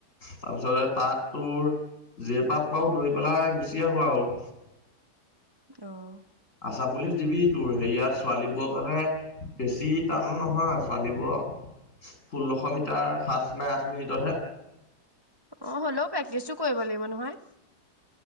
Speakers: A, on the left (about 45°); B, on the right (about 20°).
A: তাৰ পিছতে তাত তোৰ জেপাক পাও দৌৰি পেলাই গুচি আহো আৰু।
B: অ',
A: আছাম পুলিচ দিবি তোৰ হেইয়াত ছোৱালীবোৰৰ কাৰণেহে বেছি টানো নহয় ছোৱালী বোৰৰ ষোল্লশ মিটাৰ সাত নে আঠ মিনিটতহে।
B: অ' হ'লেও প্ৰেক্টিচো কৰিব লাগিব নহয়।